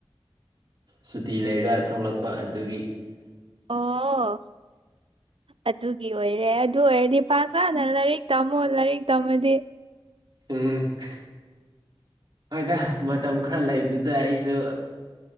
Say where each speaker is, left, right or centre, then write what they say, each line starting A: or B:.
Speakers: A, on the right (about 45°); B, on the right (about 75°).
A: ꯁꯨꯇꯤ ꯂꯩꯔꯒ ꯊꯣꯛꯂꯛꯄ ꯑꯗꯨꯒꯤ
B: ꯑꯣ ꯑꯗꯨꯒꯤ ꯑꯣꯏꯔꯦ ꯑꯗꯨ ꯑꯣꯏꯔꯗꯤ ꯄꯥꯖꯥꯠ ꯂꯥꯏꯔꯤꯛ ꯇꯃꯣ ꯂꯥꯏꯔꯤꯛ ꯇꯝꯃꯗꯤ
A: ꯎꯝ <unintelligible> ꯍꯣꯏꯗ ꯃꯇꯝ ꯈꯔ ꯂꯩꯕꯗꯨꯗ ꯑꯩꯁꯨ